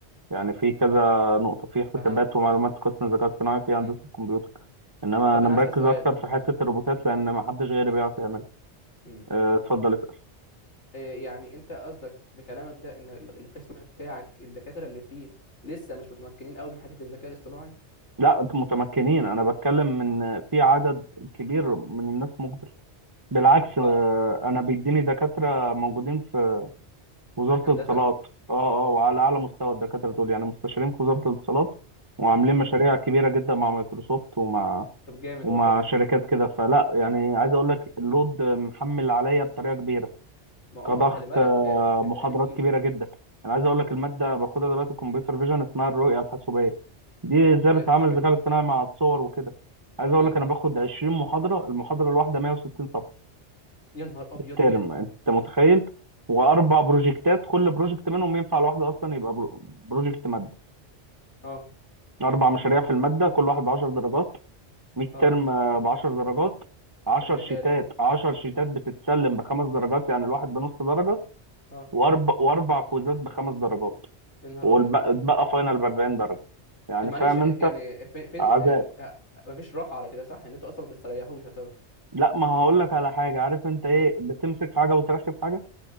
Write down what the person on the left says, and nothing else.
فهمت
مم.
طب
انا
هسال سؤال
مم.
إيه يعني انت قصدك بكلامك ده ان ال- القسم بتاعك الدكاتره اللي فيه لسه مش متمكنين قوي من حته الذكاء الاصطناعي
اه
هندسه
مم.
مم.
طب جامد
والله
ما اه
خلي بالك
آه، اسكندريه
تقيله
مم.
الرؤية
الحاسوبية
مم.
يا نهار أبيض
إيه ده؟
أه
أه
ده حاجة
خيالية
مم.
أه
يا نهار
أبيض
طب معلش
إيه-
يعني فين فين
يعني آه، مفيش راحة على كده صح؟ يعني أنتوا أصلا ما بتستريحوش يعتبر
مم.